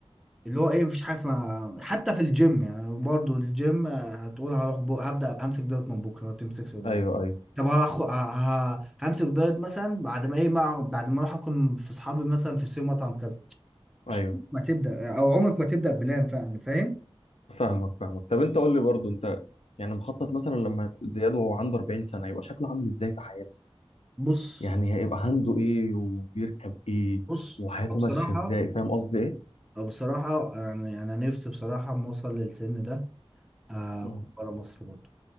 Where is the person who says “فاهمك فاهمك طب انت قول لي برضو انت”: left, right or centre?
Left